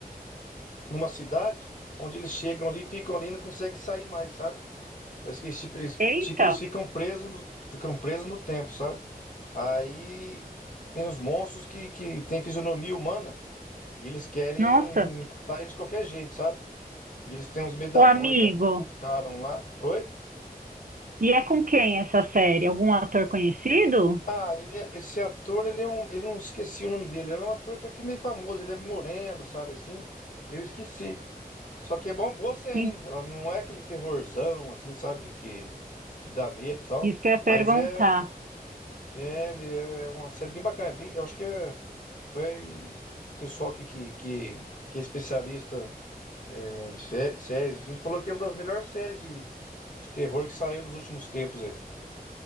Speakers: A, on the left; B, on the right.
A: numa cidade onde eles chegam ali, ficam ali e não conseguem sair mais, sabe? Parece que eles, tipo, eles,
B: Eita,
A: tipo, eles ficam presos no, ficam presos no tempo, sabe? Aí tem os monstros que, que têm fisionomia humana e eles querem
B: Nossa,
A: matar eles de qualquer jeito, sabe? E eles têm uns medalhões
B: o amigo.
A: lá que eles acharam lá. Oi?
B: E é com quem essa série? Algum ator conhecido?
A: Ah, ele, é- esse ator, ele é um. Eu não esqueci o nome dele. Ele é um ator até que meio famoso. Ele é moreno, sabe assim? Eu esqueci. Só que é bom, boa série,
B: Sim,
A: hein? Ela não é aquele terrorzão, assim, sabe? Que, que dá medo e tal.
B: Isso que eu ia perguntar.
A: Mas é. É, ele é é uma série bem bacana. é bem- eu acho que é- foi o pessoal aqui que, que, que é especialista é, em sé- séries e filmes falou que é uma das melhores séries de, de terror que saiu dos últimos tempos aí.